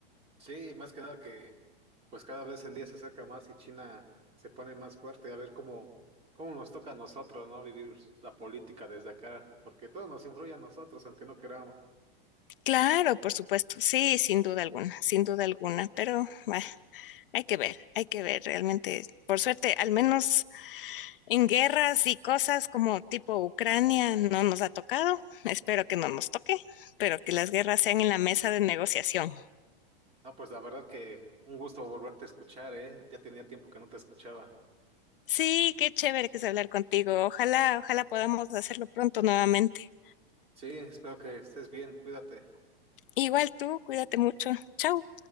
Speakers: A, on the right (about 20°); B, on the left (about 65°).
A: Sí, más que nada que pues cada vez en día se acerca más y China se pone más fuerte, a ver cómo, cómo nos toca a nosotros, ¿no? Vivir la política desde acá, porque todo nos influye a nosotros, aunque no queramos.
B: Claro, por supuesto, sí, sin duda alguna, sin duda alguna, pero bah, hay que ver, hay que ver realmente. Por suerte, al menos en guerras y cosas como tipo Ucrania no nos ha tocado, espero que no nos toque, pero que las guerras sean en la mesa de negociación.
A: No, pues la verdad que un gusto volverte a escuchar, ¿eh? Ya tenía tiempo que no te escuchaba.
B: Sí, qué chévere que es hablar contigo, ojalá, ojalá podamos hacerlo pronto nuevamente.
A: Sí, espero que estés bien, cuídate.
B: Igual tú, cuídate mucho, chao.